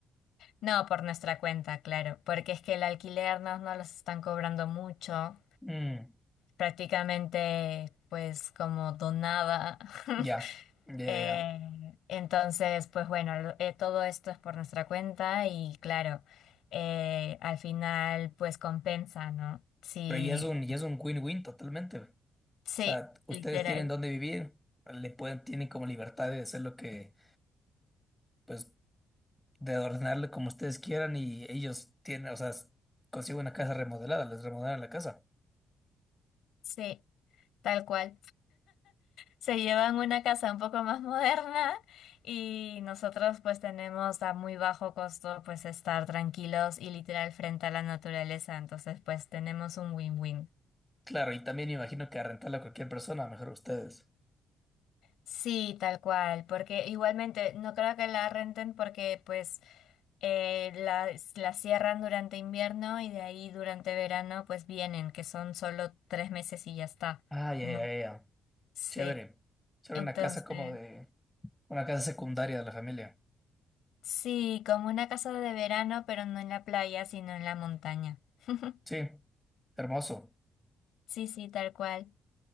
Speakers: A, on the left; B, in the centre.
A: no, por nuestra cuenta, claro, porque es que el alquiler no, no los están cobrando mucho.
B: Mm,
A: prácticamente pues como donada. <laughs>
B: ya. Ya,
A: Eh,
B: ya,
A: entonces, pues bueno, lo- eh, todo esto es por nuestra cuenta y claro, eh, al final pues compensa, ¿no? Sí,
B: Pero ya es un, ya es un win-win totalmente, güey. O
A: sí,
B: sea, ustedes
A: literal,
B: tienen dónde vivir, le pueden, tienen como libertad de hacer lo que, pues, de ordenarle como ustedes quieran y ellos tienen, o sea, s- consiguen una casa remodelada, les remodelan la casa.
A: sí, tal cual. Se llevan una casa un poco más moderna y nosotros pues tenemos a muy bajo costo pues estar tranquilos y literal frente a la naturaleza, entonces pues tenemos un win-win.
B: Claro, y también me imagino que a rentarla a cualquier persona, mejor ustedes.
A: Sí, tal cual, porque igualmente no creo que la renten porque pues eh, la, la cierran durante invierno y de ahí durante verano pues vienen, que son solo tres meses y ya está,
B: Ah, ya,
A: ¿no?
B: ya, ya. ya.
A: Sí,
B: Chévere. Será
A: entonces,
B: una casa como de, una casa secundaria de la familia.
A: sí, como una casa de verano, pero no en la playa, sino en la montaña. <laughs>
B: Sí, hermoso.
A: Sí, sí, tal cual.